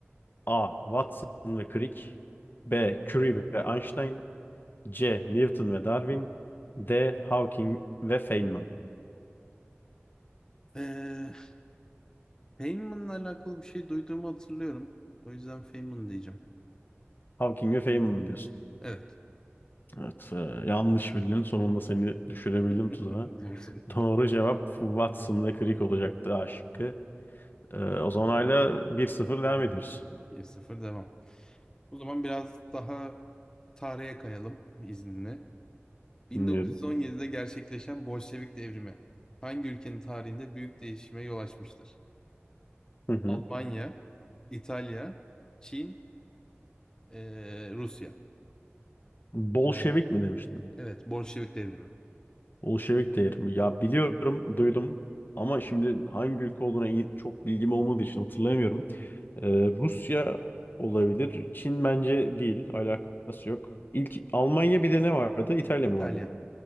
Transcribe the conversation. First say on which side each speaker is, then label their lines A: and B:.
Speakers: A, on the left (about 50°); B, on the left (about 15°).
A: A. Watson ve Crick B. Curie ve Einstein C. Newton ve Darwin D. Hawking ve Feynman
B: Ee, Feynman'la alakalı bir şey duyduğumu hatırlıyorum. O yüzden Feynman diyeceğim.
A: Hawking ve Feynman diyorsun.
B: Evet.
A: Evet, e, yanlış bildin. Sonunda seni düşürebildim
B: <laughs>
A: tuzağa.
B: Zor soru.
A: Doğru cevap Watson ve Crick olacaktı A şıkkı. E, o zaman hala bir sıfır devam ediyoruz.
B: 1-0 devam. O zaman biraz daha tarihe kayalım izninle. 1917'de
A: Dinliyorum.
B: gerçekleşen Bolşevik devrimi hangi ülkenin tarihinde büyük değişime yol açmıştır?
A: Hı hı.
B: Almanya, İtalya, Çin, ee, Rusya.
A: Bolşevik mi demiştin?
B: Evet, Bolşevik devrimi.
A: Bolşevik değerim. Ya biliyorum, duydum ama şimdi hangi ülke olduğuna iyi- çok bilgim olmadığı için hatırlayamıyorum. Ee, Rusya olabilir. Çin bence değil. Alakası yok. İlk Almanya bir de ne vardı? İtalya
B: İtalya.
A: mı vardı?